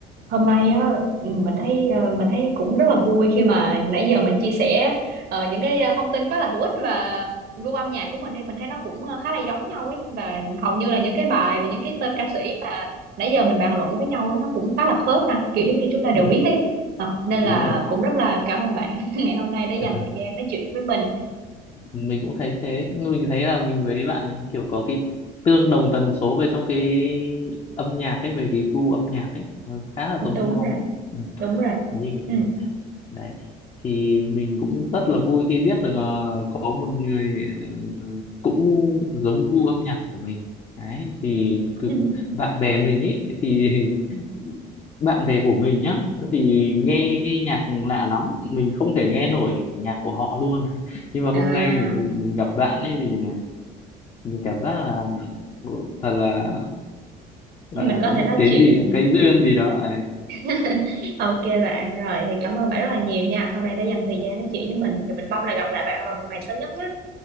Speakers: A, on the right; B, on the left.
A: hôm nay á ừ, mình thấy ờ, mình thấy cũng rất là vui khi mà nãy giờ mình chia sẻ ờ, những cái ờ, thông tin khá là hữu ích và gu âm nhạc của mình thì mình thấy nó cũng ờ, khá là giống nhau ấy và hầu như là những cái bài và những cái tên ca sĩ mà nãy giờ mình bàn luận với nhau ấy, nó cũng khá là khớp ha kiểu giống như chúng ta đều
B: ừ,
A: biết ấy Ờ, nên
B: đúng
A: là
B: rồi
A: cũng rất là cảm ơn bạn <laughs> ngày hôm nay đã dành
B: Ờ,
A: thời gian nói chuyện với mình
B: mình cũng thấy thế Nhưng mình thấy là mình với bạn ấy kiểu có cái tương đồng tần số về trong cái âm nhạc ấy về cái gu âm nhạc ấy nó khá là giống
A: đúng
B: nhau
A: rồi
B: ừ,
A: đúng rồi
B: nhưng
A: ừ.
B: đấy thì mình cũng rất là vui khi biết được ờ, có một người ờ, cũng giống gu âm nhạc của mình đấy thì
A: <laughs>
B: thực bạn bè mình ấy thì <laughs> bạn bè của mình nhá thì nghe nghe nhạc lạ lắm mình không thể nghe nổi nhạc của họ luôn <laughs> nhưng mà
A: à,
B: hôm nay mình, mình gặp bạn ấy thì mình cảm giác là ừ, thật là gọi
A: mình
B: là có
A: có thể
B: một
A: nói
B: cái
A: chuyện
B: gì là cái duyên gì đó
A: <laughs> Ok bạn, rồi thì cảm ơn bạn rất là nhiều nha. Hôm nay đã dành thời gian nói chuyện với mình thì mình mong là gặp lại bạn vào một ngày sớm nhất nhé.